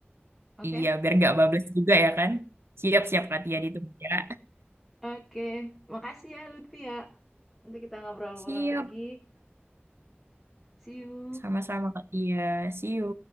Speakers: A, in the centre; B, on the right (about 80°).
A: Oke,
B: Iya, biar gak bablas juga ya kan? Siap-siap Kak Tia ditunggu ya.
A: Oke. Makasih ya Lutfi ya. Nanti kita ngobrol-ngobrol
B: Siap.
A: lagi. See you.
B: Sama-sama Kak Tia. See you.